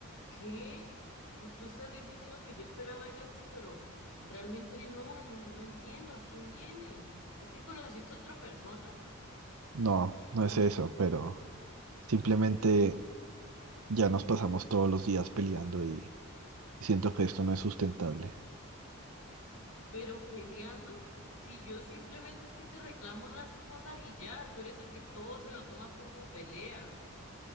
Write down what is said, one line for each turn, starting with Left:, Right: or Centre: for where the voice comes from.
Left: ¿Qué? Tú, tú estás diciendo que yo esperaba esto, pero realmente no, no, no entiendo a qué viene. Es que conociste a otra persona,
Right: No, no es eso, pero simplemente ya nos pasamos todos los días peleando y, y siento que esto no es sustentable.
Left: pero peleando, si yo simplemente es que te reclamo unas cosas y ya, tú eres el que todo se lo toma como pelea.